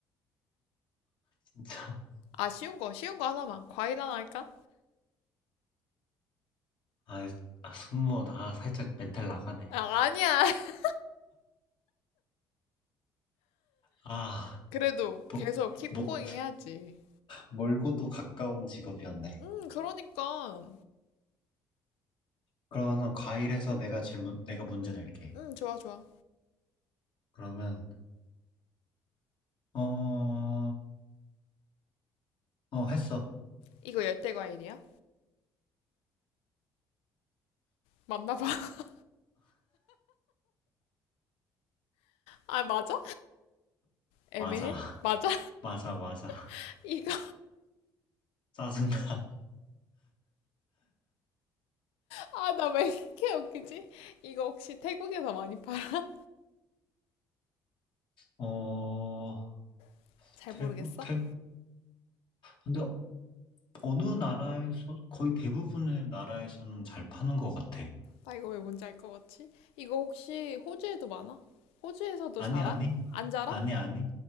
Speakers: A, on the left; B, on the left.
A: 진짜
B: 아, 쉬운 거, 쉬운 거 하나만. 과일 하나 할까?
A: 아, 이- 아, 승무원 아 살짝 멘탈 나가네.
B: 아, 아니야. <laughs>
A: 아
B: 그래도 계속
A: 뭐
B: 킵고잉
A: 뭐
B: 해야지.
A: 멀고도 가까운 직업이었네.
B: 음, 그러니까.
A: 그러면 과일에서 내가 질문 내가 문제 낼게.
B: 음, 좋아, 좋아.
A: 그러면 어 어, 했어.
B: 이거 열대 과일이야? 맞나 봐. <laughs> 아, 맞아? 애매해?
A: 맞아.
B: 맞아?
A: <laughs> 맞아, 맞아.
B: <laughs> 이거,
A: 짜증나.
B: 아, 나 왜 이렇게 웃기지? 이거 혹시 태국에서 많이 팔아?
A: 어,
B: <laughs> 잘
A: 대부,
B: 모르겠어?
A: 대, 근데 어느 나라에서, 거의 대부분의 나라에서는 잘 파는 것 같아.
B: 나 이거 왜 뭔지 알 것 같지? 이거 혹시 호주에도 많아? 호주에서도
A: 아니,
B: 자라?
A: 아니?
B: 안 자라?
A: 아니, 아니?